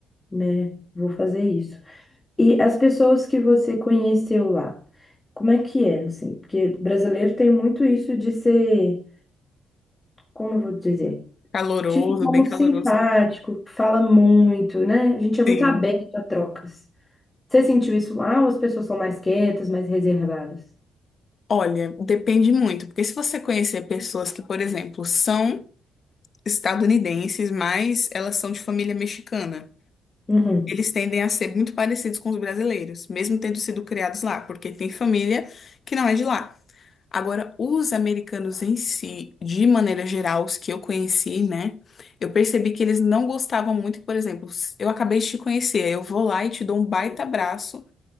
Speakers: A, on the left (about 20°); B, on the left (about 45°).
A: né? Vou fazer isso. E as pessoas que você conheceu lá, como é que é, assim? Porque brasileiro tem muito isso de ser, como eu vou dizer?
B: Caloroso,
A: Tipo, como
B: bem caloroso,
A: simpático,
B: né?
A: fala muito, né? A gente é muito
B: Sim.
A: aberto a trocas. Você sentiu isso lá ou as pessoas são mais quietas, mais reservadas?
B: Olha, depende muito, porque se você conhecer pessoas que, por exemplo, são estadunidenses, mas elas são de família mexicana,
A: Uhum,
B: eles tendem a ser muito parecidos com os brasileiros, mesmo tendo sido criados lá, porque tem família que não é de lá. Agora, os americanos em si, de maneira geral, os que eu conheci, né? Eu percebi que eles não gostavam muito, por exemplo, se eu acabei de te conhecer, eu vou lá e te dou um baita abraço.